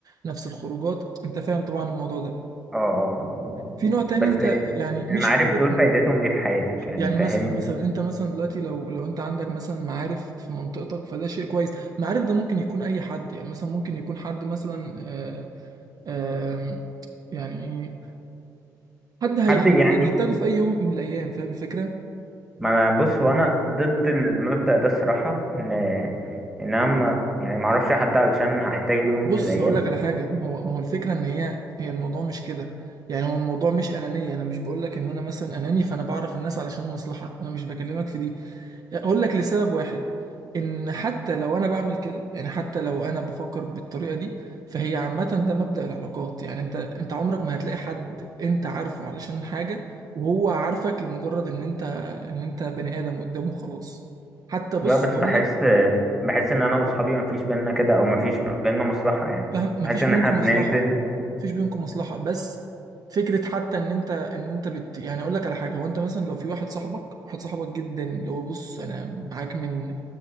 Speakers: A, on the right; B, in the centre.
A: نفس الخروجات انت فاهم طبعا الموضوع ده
B: اه اه مظبوط.
A: في نوع تاني
B: بس
A: انت يعني
B: المعارف
A: مش فكرة
B: دول فايدتهم ايه في حياتك يعني
A: يعني
B: فاهم
A: مثلا مثلا انت مثلا دلوقتي لو لو انت عندك مثلا معارف في منطقتك فده شيء كويس معارف ده ممكن يكون اي حد يعني مثلا ممكن يكون حد مثلا آه آه يعني ايه حد هي
B: حد يعني
A: هتحتاجه في اي يوم من الايام فاهم الفكرة
B: ما أنا- بص هو انا ضد المبدأ ده الصراحة ان ان انا ما- يعني ما اعرفش حد علشان هحتاجه يوم
A: بص
B: في الايام
A: هقول لك على حاجة ما هو ما هو الفكرة ان هي هي الموضوع مش كده يعني هو الموضوع مش انانية انا مش بقول لك ان انا مثلا اناني فانا بعرف الناس علشان مصلحة انا مش بكلمك في دي اقول لك لسبب واحد ان حتى لو انا بعمل كده يعني حتى لو انا بفكر بالطريقه دي فهي عامه ده مبدأ العلاقات يعني انت انت عمرك ما هتلاقي حد انت عارفه علشان حاجه وهو عارفك لمجرد ان انت ان انت بني ادم قدامه خلاص حتى بص
B: لا بس
A: اقول
B: بحس
A: لك
B: بحس ان انا واصحابي مفيش بينا كده او مفيش بينا مصلحة يعني
A: فاهم مفيش
B: بحس ان
A: بينكم
B: احنا بننزل
A: مصلحه مفيش بينكم مصلحه بس فكره حتى ان انت ان انت بت يعني اقول لك على حاجه هو انت مثلا لو في واحد صاحبك واحد صاحبك جدا اللي هو بص انا معاك من